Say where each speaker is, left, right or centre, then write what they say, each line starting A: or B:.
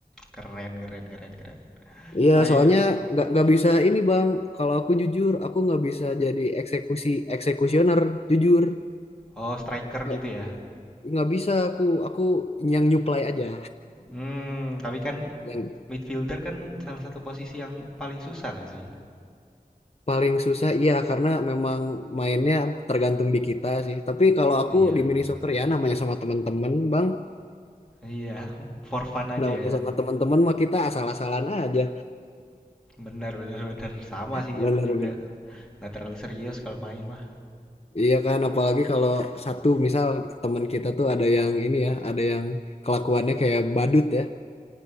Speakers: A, in the centre; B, on the left.
A: keren keren keren keren.
B: Iya,
A: Selain
B: soalnya nggak nggak bisa ini bang. Kalau aku jujur, aku nggak bisa jadi eksekusi eksekusioner. Jujur,
A: oh striker
B: nggak
A: gitu ya.
B: nggak bisa aku aku yang nyuplai aja.
A: Hmm, tapi kan
B: Yang
A: midfielder kan salah satu posisi yang paling susah nggak sih?
B: paling susah, iya karena memang mainnya tergantung di kita sih. Tapi kalau aku
A: Iya,
B: di mini
A: bener.
B: soccer ya namanya sama teman-teman bang,
A: Iya, <laughs> for fun
B: <laughs>
A: aja
B: namanya
A: ya.
B: sama teman-teman mah kita asal-asalan aja.
A: Benar benar benar. Sama sih
B: Bener-bener.
A: aku juga nggak terlalu serius kalau main mah.
B: Iya kan, apalagi kalau satu misal teman kita tuh ada yang ini ya, ada yang kelakuannya kayak badut ya.